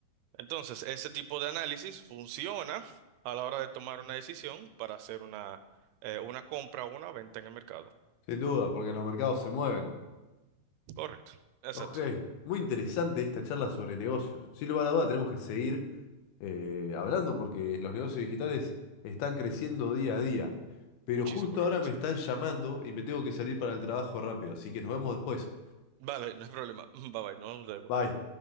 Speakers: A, on the right; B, on the left.
A: Entonces, este tipo de análisis funciona a la hora de tomar una decisión para hacer una, eh, una compra o una venta en el mercado.
B: Sin duda, porque los mercados se mueven.
A: Correcto. Exacto.
B: Ok, muy interesante esta charla sobre negocios. Sin lugar a duda tenemos que seguir eh, hablando porque los negocios digitales están creciendo día a día. Pero
A: Muchísimo
B: justo
A: realmente.
B: ahora me están llamando y me tengo que salir para el trabajo rápido, así que nos vemos después.
A: Vale, no hay problema. <laughs> Bye bye, nos vemos luego.
B: Bye.